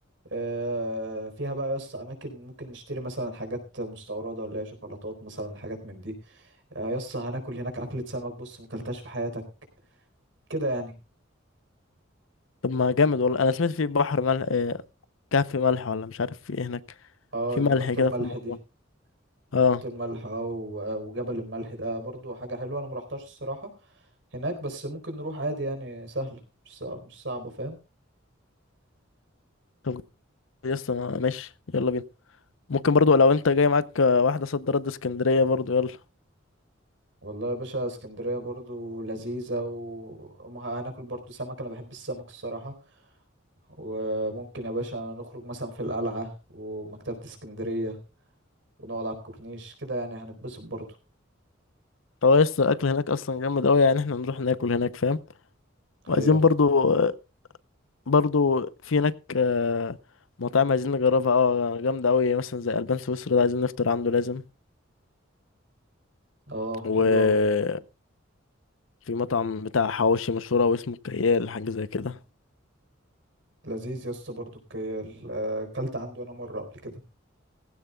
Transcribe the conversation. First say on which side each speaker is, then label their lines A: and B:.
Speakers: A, on the right; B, on the left.
A: آه، فيها بقى يس اماكن ممكن نشتري مثلا حاجات مستورده ولا هي شوكولاتات مثلا حاجات من دي آه، يس هناكل هناك اكله سمك بص مكلتهاش في حياتك كده يعني
B: طب ما جامد والله أنا سمعت في بحر ملح آه، كهف ملح ولا مش عارف في ايه هناك
A: اه
B: في
A: البحيره
B: ملح كده
A: الملح
B: في الموضوع
A: دي
B: اه
A: بحيره الملح اه و- وجبل الملح ده برضو حاجه حلوه انا مروحتهاش الصراحه هناك بس ممكن نروح عادي يعني سهله مش صع- مش صعبه فاهم
B: طب يسطا ما- ماشي يلا بينا ممكن برضو لو انت جاي معاك آه، واحدة صد رد اسكندرية برضو يلا
A: والله يا باشا اسكندرية برضو لذيذة وهناكل برضو سمك أنا بحب السمك الصراحة وممكن يا باشا نخرج مثلا في القلعة ومكتبة اسكندرية ونقعد على الكورنيش كده يعني هنتبسط برضو
B: هو يسطا الأكل هناك أصلا جامد أوي يعني احنا نروح ناكل هناك فاهم وعايزين
A: ايوه
B: برضو آه، برضو في هناك آه، مطاعم عايزين نجربها اه جامدة أوي مثلا زي ألبان سويسرا ده عايزين نفطر عنده لازم
A: اه
B: وفي
A: حلو أوي
B: مطعم بتاع حواوشي مشهور أوي اسمه كيال حاجة زي كده
A: لذيذ يا اسطى برضو الكيال آه، أكلت عنده أنا مرة قبل كده